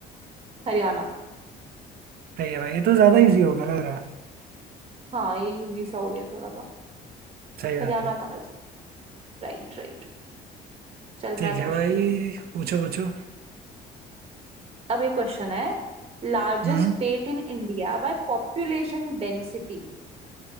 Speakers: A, on the right (about 35°); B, on the right (about 65°).
A: हरियाणा
B: सही है भाई ये तो ज्यादा इजी होगा लग रहा है
A: हाँ ये इजी सा हो गया थोड़ा सा
B: सही बात
A: हरियाणा
B: है
A: था वैसे Right right चल
B: ठीक
A: मैं पूछती
B: है भाई
A: हूँ
B: पूछो पूछो
A: अब ये क्वेश्चन है largest
B: हम्म
A: state in India by population density